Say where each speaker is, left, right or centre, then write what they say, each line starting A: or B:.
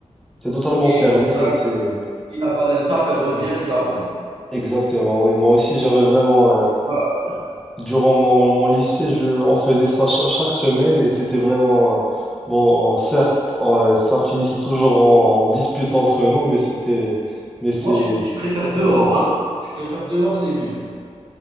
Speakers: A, in the centre; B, on the right (about 45°).
A: c'est totalement
B: Exact.
A: fermé, et c'est,
B: Si la balle, elle tape, elle revient, tu la prends.
A: exactement, oui. Moi aussi, j'avais vraiment, euh,
B: Tu vois,
A: durant mon, mon lycée, je, on faisait ça cha- chaque semaine et c'était vraiment, euh, bon, certes, euh, ça finissait toujours en, en dispute entre nous, mais c'était, mais c'est,
B: moi, je, je préfère dehors. hein. Je préfère dehors, c'est mieux.